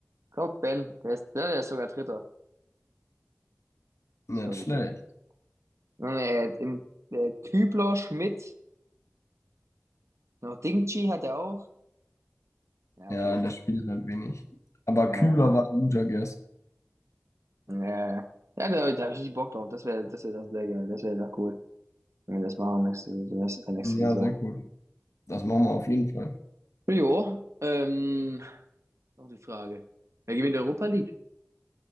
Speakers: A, on the right; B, on the left.
A: guck, Ben, der ist, der, der ist sogar Dritter.
B: Nicht
A: So
B: schlecht.
A: witzig. Und er hat im, der hat Kübler, Schmidt, noch Dingchi hat er auch. Ja,
B: Ja,
A: okay.
B: das spielt halt wenig. Aber
A: Ja,
B: Kübler war ein guter Guess.
A: ja, ja. ja. Ja, da, da habe ich nicht Bock drauf. Das wäre, das wäre das sehr geil. Das wäre doch cool, wenn wir das machen nächste, Saison- äh, nächste
B: Ja,
A: Saison.
B: sehr cool. Das machen wir auf jeden Fall.
A: Jo, ähm, noch die Frage. Wer gewinnt die Europa League?